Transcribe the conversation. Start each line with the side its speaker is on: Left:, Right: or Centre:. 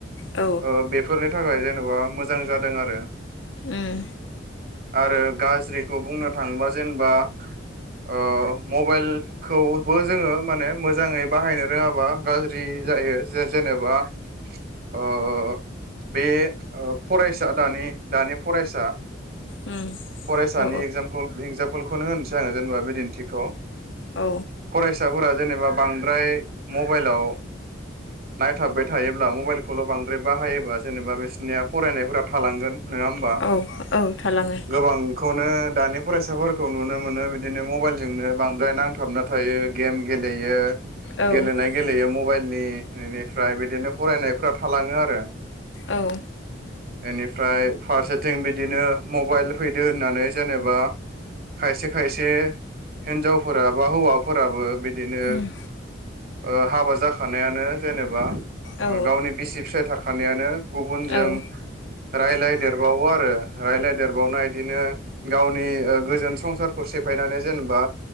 Left: औ
Right: ओ बेफोरनि थाखाय जेन'बा मोजां जादों आरो।
Left: उम।
Right: आरो गाज्रिखौ बुंनो थाङोबा जेनेबा ओ मबाइलखौबो जोङो माने मोजाङै बाहायनो रोङाबा गाज्रि जायो जे जेनेबा ओ बे ओ फरायसा दानि दानि फरायसा
Left: उम
Right: फरायसानि
Left: औ
Right: एक्जामपोल एक्जामपोलखौनो होनोसै। जानो जेनबा बिदिन्थिखौ
Left: औ
Right: फरायसाफोरा जेनेबा बांद्राय मबाइलाव नायथाबबाय थायोब्ला मबाइलखौल' बांद्राय बायोबा जेनेबा बिसोरनिया फरायनायफोरा थालांगोन नोङा होमबा
Left: औ औ थालाङो
Right: गोबांखौनो दानि फरायसा फोर खौ नुनो मोनो बिदिनो मबाइलजोंनो बांद्राय नांथाबना थायो गेम गेलेयो।
Left: औ उम
Right: गेलेनाय गेलेयिया मब <unintelligible> इनिफ्राय बिदिनो फरायनायफोराब थालाङो आर <unintelligible>
Left: औ।
Right: इनिफ्राय फारसेथिं बिदिनो मबाइल फैदो होननानै जेनेबा खायसे खायसे हिनजावफोरा बा हौवाफोराबो बि दिनो ओ
Left: उम
Right: हाबा जाखानायानो जेनेबा
Left: औ
Right: ओ गावनि बिसि फिसा थाखानायानो गुबुनजों
Left: औ
Right: रायलाय
Left: औ उम औ
Right: देरबावो आरो रायजलायदेरबावना इदिनो गावनि ओ गोजोन संसारखौ सेफायनानै जेनेबा